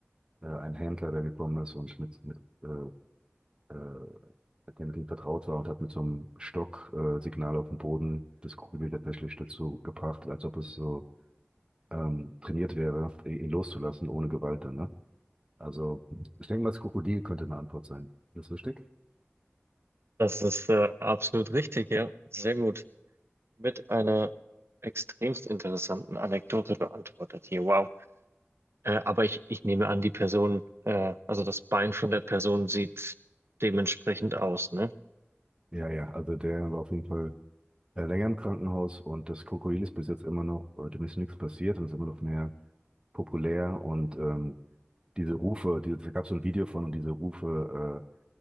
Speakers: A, on the right; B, on the right.
A: äh, ein Händler da gekommen ist und mit, mit äh, äh, mit dem Ding vertraut war und hat mit so einem Stock äh, Signal auf dem Boden das Krokodil tatsächlich dazu gebracht, als ob es so ähm, trainiert wäre, i- ihn loszulassen ohne Gewalt dann, ne? Also ich denke mal, das Krokodil könnte eine Antwort sein. Ist das richtig?
B: Das ist äh, absolut richtig, ja. Sehr gut. Mit einer extremst interessanten Anekdote beantwortet hier. Wow. Äh, aber ich, ich nehme an, die Person, äh, also das Bein von der Person sieht dementsprechend aus, ne?
A: Ja, ja, also der war auf jeden Fall äh, länger im Krankenhaus und das Krokodil ist bis jetzt immer noch, äh, dem ist nichts passiert und ist immer noch mehr populär und ähm, diese Rufe, die, da gab so ein Video von und diese Rufe